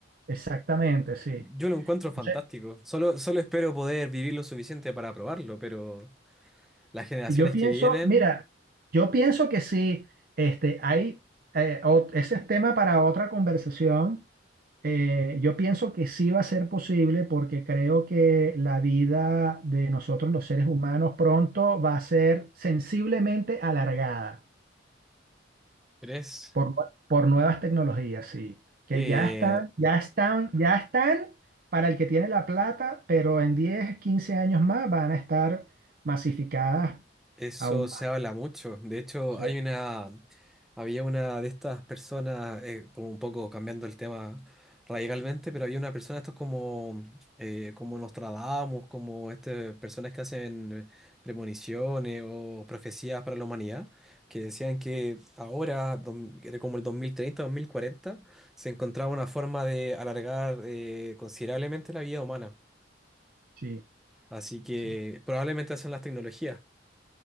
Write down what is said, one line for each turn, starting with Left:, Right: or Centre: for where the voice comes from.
Right: exactamente, sí.
Centre: Yo lo encuentro fantástico.
Right: O
Centre: Solo, solo espero poder vivir lo suficiente para probarlo, pero las generaciones
Right: yo pienso,
Centre: que vienen,
Right: mira, yo pienso que sí, este, hay, eh, o- ese es tema para otra conversación eh, yo pienso que sí va a ser posible porque creo que la vida de nosotros los seres humanos pronto va a ser sensiblemente alargada
Centre: ¿crees?
Right: por, nue- por nuevas tecnologías, sí, que
Centre: Eh,
Right: ya están, ya están, ya están para el que tiene la plata, pero en 10 15 años más van a estar masificadas
Centre: Eso
Right: aún
Centre: se
Right: más.
Centre: habla mucho. De hecho,
Right: Sí,
Centre: hay una, había una de estas personas, eh, como un poco cambiando el tema radicalmente, pero había una persona, estos como, eh, como Nostradamus, como este, personas que hacen premoniciones o profecías para la humanidad, que decían que ahora, dos- era como el 2030, 2040, se encontraba una forma de alargar, eh, considerablemente la vida humana.
Right: sí,
Centre: Así que
Right: sí,
Centre: probablemente hacen las tecnologías.